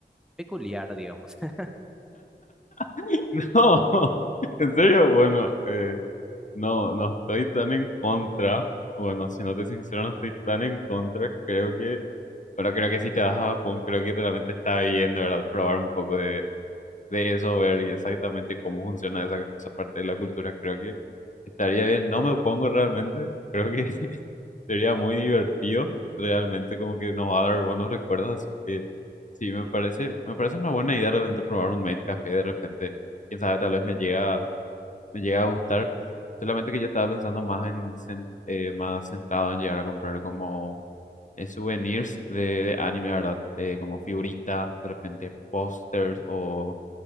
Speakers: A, in the centre; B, on the left.
A: peculiar, digamos. <laughs>
B: <laughs> No, en serio, bueno, eh, no, no estoy tan en contra. Bueno, si no te sincero, no estoy tan en contra. Creo que, pero creo que si te vas a Japón, creo que realmente está bien, de verdad, probar un poco de, de eso, ver y exactamente cómo funciona esa, esa parte de la cultura. Creo que estaría bien. No me opongo realmente. Creo que Sería muy divertido, realmente como que nos va a dar buenos recuerdos, así que sí, me parece, me parece una buena idea realmente probar un Made Café de repente, quién sabe, tal vez me llega, me llega a gustar, solamente que yo estaba pensando más en, sen- eh, más sentado en llegar a comprar como eh, souvenirs de, de anime, ¿verdad? Eh, como figuritas, de repente pósters o